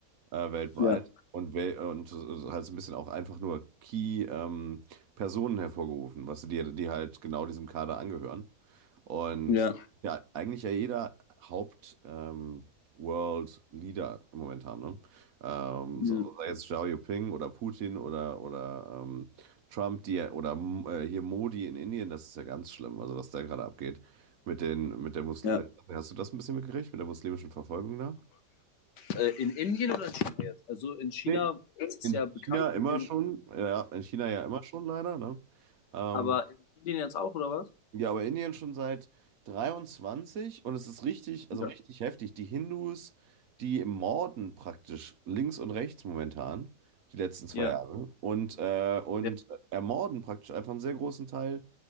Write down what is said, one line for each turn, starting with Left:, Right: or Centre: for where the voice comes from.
Right: äh, weltweit
Left: ja,
Right: und, wel und äh, halt so ein bisschen auch einfach nur Key-Personen hervorgerufen, was die, die halt genau diesem Kader angehören. Und
Left: ja,
Right: ja, eigentlich ja jeder Haupt- ähm, World Leader momentan, ne? Ähm,
Left: ja.
Right: so, sei jetzt Xiao Jinping oder Putin oder, oder ähm, Trump, die oder mm, äh, hier Modi in Indien, das ist ja ganz schlimm, also was da gerade abgeht. Mit den, mit der Muslim,
Left: ja.
Right: äh, hast du das ein bisschen mitgekriegt, mit der muslimischen Verfolgung da?
Left: Äh, in Indien oder in China jetzt? Also in China
Right: Nee,
Left: ist es
Right: In
Left: ja bekannt
Right: China immer
Left: mit dem,
Right: schon, ja, ja, in China ja immer schon leider, ne? Ähm,
Left: aber in Indien jetzt auch, oder was?
Right: ja, aber Indien schon seit 23 und es ist richtig, also
Left: Ja.
Right: richtig heftig. Die Hindus, die morden praktisch links und rechts momentan, die letzten zwei
Left: Ja,
Right: Jahre und, äh, und
Left: ja,
Right: ermorden praktisch einfach einen sehr großen Teil